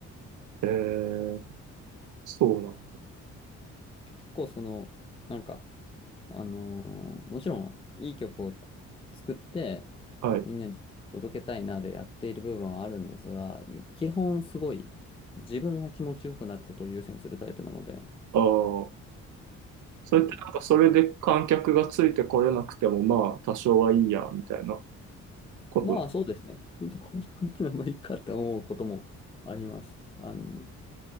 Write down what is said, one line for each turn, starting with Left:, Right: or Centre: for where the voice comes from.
Right: えー、そうなん
Left: 結構その、なんか、あのーもちろんいい曲を作って
Right: だ。はい。
Left: みんなに届けたいなでやっている部分はあるんですが、基本すごい自分が気持ちよくなることを優先するタイプなので、
Right: ああ、それってなんかそれで観客がついてこれなくても、
Left: その
Right: まあ、多少はいいや、みたいなこと。
Left: まあそうですね。それでこんな感じならばいいかって思うこともあります。あの、